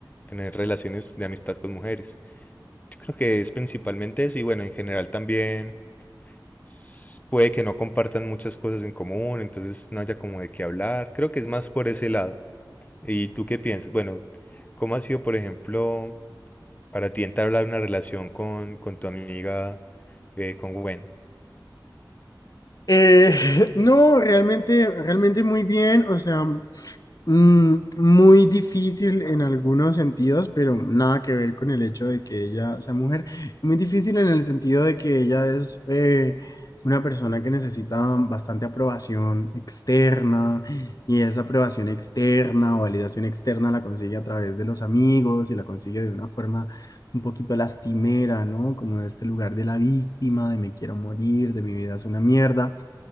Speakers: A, on the left; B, on the left.
A: tener relaciones de amistad con mujeres. Yo creo que es principalmente eso y bueno, en general también s- puede que no compartan muchas cosas en común, entonces no haya como de qué hablar. Creo que es más por ese lado. ¿Y tú qué piensas? Bueno, ¿cómo ha sido, por ejemplo, para ti entablar una relación con, con tu amiga, eh, con Gwen?
B: Eh, <laughs> no, realmente, realmente muy bien. O sea, Mm, muy difícil en algunos sentidos, pero nada que ver con el hecho de que ella sea mujer. Muy difícil en el sentido de que ella es eh, una persona que necesita bastante aprobación externa y esa aprobación externa o validación externa la consigue a través de los amigos y la consigue de una forma un poquito lastimera, ¿no? Como de este lugar de la víctima, de me quiero morir, de mi vida es una mierda.